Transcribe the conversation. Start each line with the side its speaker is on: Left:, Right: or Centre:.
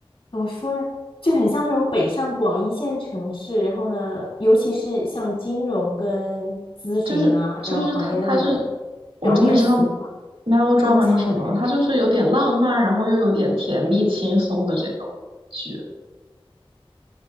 Left: 怎么说呢，就很像那种北上广一线城市，然后呢，尤其是像金融跟咨询啊这种行业的那种
Right: 就是就是他他是，我终于知道
Left: 表面浮华、
Right: melodrama
Left: 装腔的感觉。
Right: 是什么了，它就是有点浪漫，然后又有点甜蜜轻松的这种剧。